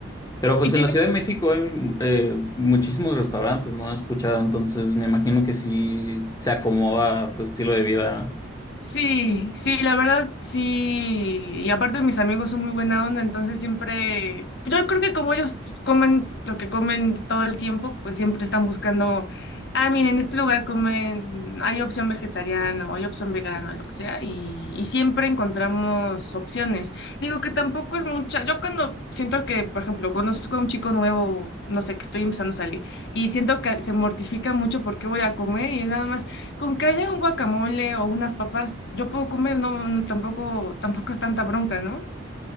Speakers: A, on the left (about 20°); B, on the left (about 60°).
A: Pero pues
B: y tiene
A: en la Ciudad de México hay eh, muchísimos restaurantes, ¿no? He escuchado, entonces me imagino que sí se acomoda a tu estilo de vida.
B: Sí, sí, la verdad sí. Y aparte mis amigos son muy buena onda, entonces siempre, yo creo que como ellos pues, comen lo que comen todo el tiempo, pues siempre están buscando, ah, miren, en este lugar comen, hay opción vegetariana o hay opción vegana, lo que sea, y, y siempre encontramos opciones. Digo que tampoco es mucha, yo cuando siento que, por ejemplo, conozco a un chico nuevo, no sé, que estoy empezando a salir, y siento que se mortifica mucho porque voy a comer y es nada más. Con que haya un guacamole o unas papas, yo puedo comer, no, no, tampoco, tampoco es tanta bronca, ¿no?